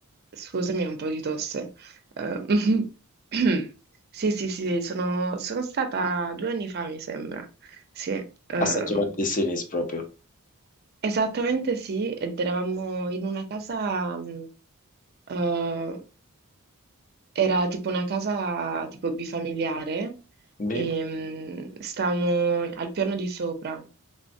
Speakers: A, on the right (about 45°); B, on the left (about 35°).
A: Scusami, ho un po' di tosse. Ehm, <clears throat> Sì, sì, sì, sono, sono stata due anni fa, mi sembra. Sì, ehm,
B: A San Giovanni di Sinis proprio.
A: esattamente sì, ed eravamo in una casa, mh, eh, era tipo una casa tipo bifamiliare,
B: Mi-
A: e, mh, stavamo al piano di sopra.